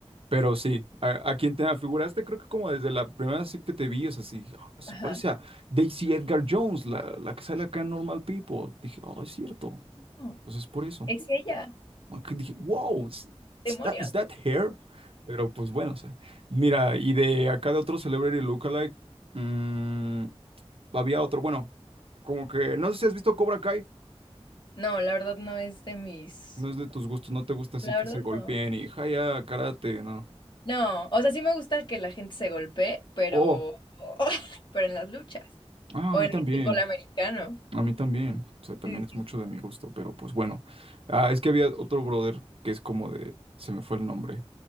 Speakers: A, on the right; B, on the left.
A: Pero sí, a, a quien te afiguraste, creo que como desde la primera vez que te vi, o sea, sí, "Ah, se
B: Ajá.
A: parece a Daisy Edgar Jones, la, la que sale acá en Normal People. Dije, oh, es cierto.
B: No,
A: Entonces, por eso.
B: ¿es ella?
A: que Dije, wow, is,
B: ¡Demonios!
A: is that, is that hair? Pero pues bueno, o sea, mira, y de acá de otro celebrity lookalike, mm, había otro, bueno, como que, no sé si has visto Cobra Kai,
B: No, la verdad no es de mis.
A: no es de tus gustos, no te gusta así
B: La
A: que
B: verdad
A: se golpeen
B: no.
A: y ya, karate, no.
B: No, o sea, sí me gusta que la gente se golpee, pero.
A: Oh,
B: <laughs> Pero en las luchas.
A: ah,
B: O
A: a mí
B: en
A: también,
B: el fútbol americano.
A: a mí también, o sea, también
B: Sí,
A: es
B: sí.
A: mucho de
B: sí.
A: mi gusto, pero pues bueno, ah, es que había otro brother que es como de, se me fue el nombre,